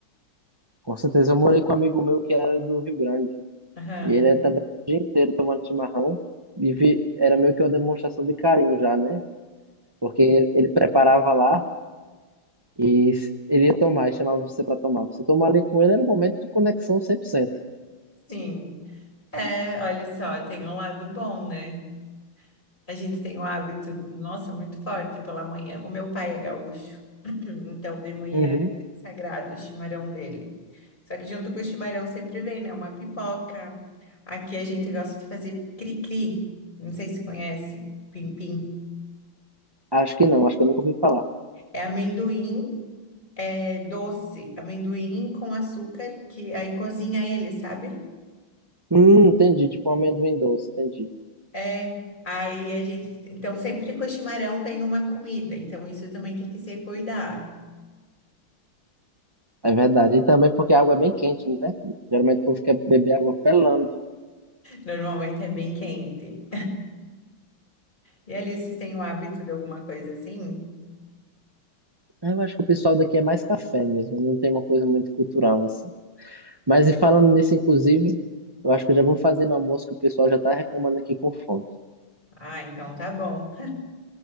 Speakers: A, on the right; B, on the left.
A: Com certeza eu morei com um amigo meu que era do Rio Grande.
B: Aham.
A: E ele era também o dia inteiro tomando chimarrão. E vi- era meio que uma demonstração de carinho já, né? Porque ele, ele preparava lá e s- ele ia tomar, e chamava você para tomar. Você tomar ali com ele era um momento de conexão 100%.
B: Sim. É, olha só, tem um lado bom, né? A gente tem um hábito, nossa, muito forte pela manhã. O meu pai é gaúcho, <clears throat> então de manhã
A: Uhum.
B: é sagrado o chimarrão dele. Só que junto com o chimarrão sempre vem, né? Uma pipoca. Aqui a gente gosta de fazer cri-cri, não sei se conhece, pim-pim.
A: Acho que não, acho que eu nunca ouvi falar.
B: É amendoim, é doce, amendoim com açúcar, que aí cozinha ele, sabe?
A: Hum, entendi, tipo um amendoim doce, entendi.
B: É, aí a gente. Então, sempre com o chimarrão vem uma comida, então isso também tem que se cuidar.
A: É verdade. E também porque a água é bem quente, né? Que geralmente o povo quer beber água pelando.
B: Normalmente é bem quente. E ali, vocês têm o hábito de alguma coisa assim?
A: Eu acho que o pessoal daqui é mais café mesmo, não tem uma coisa muito cultural assim. Mas e falando nisso, inclusive, eu acho que eu já vou fazer uma almoço que o pessoal já tá reclamando aqui com fome.
B: Ah, então tá bom.